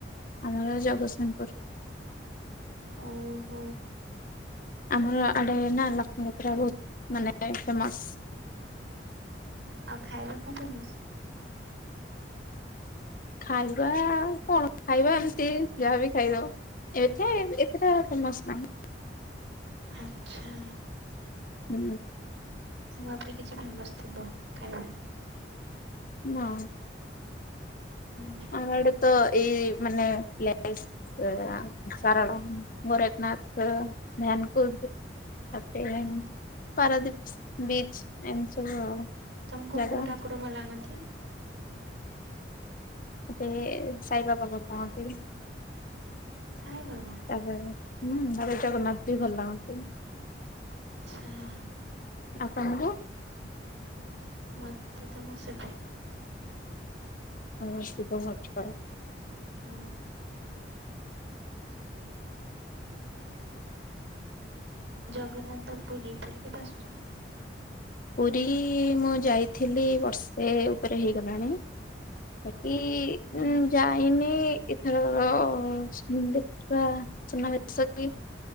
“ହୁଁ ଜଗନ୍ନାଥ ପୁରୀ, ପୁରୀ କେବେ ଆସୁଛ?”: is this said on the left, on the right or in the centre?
Right